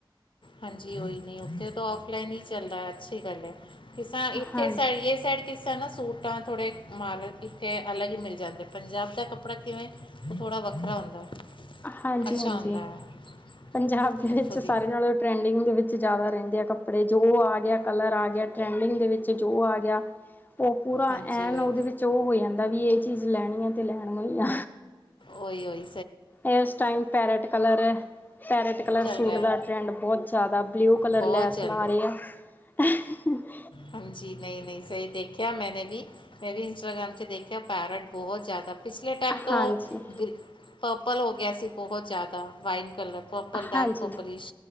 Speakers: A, on the left; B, on the left.
A: ਹਾਂਜੀ ਉਹੀ ਨੇ ਉੱਥੇ ਤਾਂ ਫਲਾਈਨ ਹੀ ਚੱਲਦਾ ਅੱਛੀ ਗੱਲ ਹੈ ਕਿਸ ਇੱਥੇ
B: ਹਾਂਜੀ
A: ਸ ਕਿਸੇ ਨਾ ਸੂਟਾਂ ਥੋੜ੍ਹੇ ਮਾਰਲ ਇੱਥੇ ਅਲੱਗ ਹੀ ਮਿਲ ਜਾਂਦੇ ਪੰਜਾਬ ਦਾ ਕੱਪੜਾ ਕਿਵੇਂ ਉਹ ਥੋੜਾ ਵੱਖਰਾ ਹੁੰਦਾ
B: ਹਾਂਜੀ
A: ਅੱਛਾ
B: ਹਾਂਜੀ
A: ਹੁੰਦਾ ਹੈ
B: ਪੰਜਾਬ ਦੇ ਵਿੱਚ
A: ਉੱਥੋਂ ਦੀ
B: ਸਾਰੇ ਨਾਲੋਂ ਟਰੈਂਡਿੰਗ ਦੇ ਵਿੱਚ ਜ਼ਿਆਦਾ ਰਹਿੰਦੇ ਆ ਕੱਪੜੇ ਜੋ ਆ ਗਿਆ ਕਲਰ ਆ ਗਿਆ ਟਰੈਂਡਿੰਗ ਦੇ ਵਿੱਚ ਜੋ ਆ ਗਿਆ ਉਹ ਪੂਰਾ
A: ਹਾਂਜੀ
B: ਐਨ
A: ਉਹੀ
B: ਉਹਦੇ ਵਿੱਚ ਉਹ ਹੋ ਜਾਂਦਾ ਵੀ ਇਹ ਚੀਜ਼ ਲੈਣੀ ਆ ਤੇ ਲੈਣੀ ਹੀ ਆ
A: ਉਈ, ਉਈ
B: ਇਸ ਟਾਈਮ ਪੈਰਟ ਕਲਰ ਹੈ ਪੈਰਟ ਕਲਰ
A: ਚੱਲ
B: ਸੂਟ
A: ਰਿਹਾ
B: ਦਾ ਟ੍ਰੈਂਡ ਬਹੁਤ ਜਿਆਦਾ ਬਲਊ ਕਲਰ
A: ਬਹੁਤ
B: ਲੈਸ
A: ਚੱਲ
B: ਲਾ ਰਹੇ ਆ <unintelligible>
A: ਹਾਂਜੀ ਨਹੀਂ ਨਹੀਂ ਸਹੀ ਦੇਖਿਆ ਮੈਂਨੇ ਵੀ ਮੈਂ ਵੀ ਇੰਸਟਾਗ੍ਰਾਮ ਚ ਦੇਖਿਆ ਪੈਰਟ ਬਹੁਤ ਜ਼ਿਆਦਾ ਪਿਛਲੇ ਟਾਈਮ ਤੋਂ
B: ਹਾਂਜੀ,
A: ਗ੍ਰ ਪਰਪਲ ਹੋ ਗਿਆ ਸੀ ਬਹੁਤ ਜ਼ਿਆਦਾ ਵਾਈਟ ਕਲਰ ਕੋਪਰ ਡਾਰਕ
B: ਹਾਂਜੀ,
A: ਕੋਪਰਿਸ਼